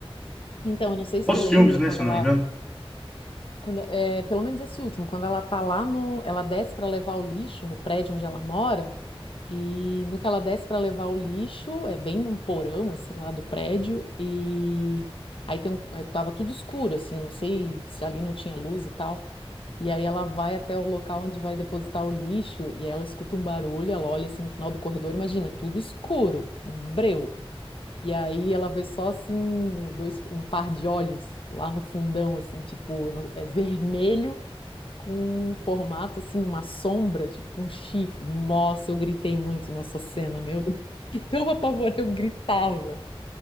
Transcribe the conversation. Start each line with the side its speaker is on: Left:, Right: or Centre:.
Left: Então, eu não sei se
Centre: Os
Left: tu lembra
Centre: filmes, né,
Left: quando
Centre: se eu
Left: ela
Centre: não me engano.
Left: Quando, é, pelo menos esse último, quando ela tá lá no, ela desce para levar o lixo no prédio onde ela mora, e no que ela desce para levar o lixo, é bem um porão assim lá do prédio e aí tem um, aí tava tudo escuro assim, eu não sei se ali não tinha luz e tal. E aí ela vai até o local onde vai depositar o lixo e ela escuta um barulho, ela olha assim no final do corredor, imagina, tudo escuro, um breu. E aí ela vê só assim um dois, um par de olhos lá no fundão, assim, tipo, eu não- é vermelho com um formato assim, uma sombra, tipo com um chifre. Nossa, eu gritei muito nessa cena, meu Deus. <laughs> De tão apavorada, eu gritava.